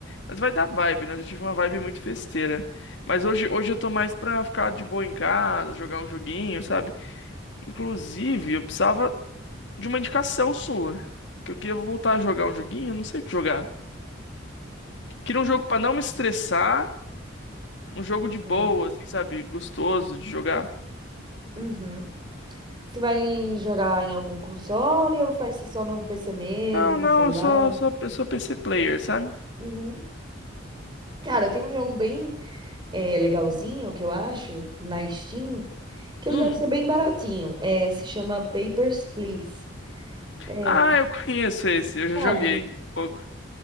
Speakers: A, on the left (about 60°); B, on the right (about 25°).
A: Mas vai dar vibe, né? Eu já tive uma vibe muito festeira. Mas hoje, hoje eu tô mais pra ficar de boa em casa, jogar um joguinho, sabe? Inclusive, eu precisava de uma indicação sua. Que eu queria voltar a jogar um joguinho, eu não sei o que jogar. Queria um jogo pra não me estressar, um jogo
B: Uhum.
A: de boa, assim, sabe? Gostoso de jogar.
B: Uhum. Você vai jogar em algum console ou vai ser só no PC mesmo,
A: Não,
B: no
A: não,
B: celular?
A: eu sou, sou, eu sou PC player, sabe?
B: Uhum. Cara, tem um jogo bem é, legalzinho que eu acho na Steam, que ele
A: Hum.
B: deve ser bem baratinho. É, se chama Papers, Please. É,
A: Ah, eu conheço esse, eu já
B: sabe?
A: joguei um pouco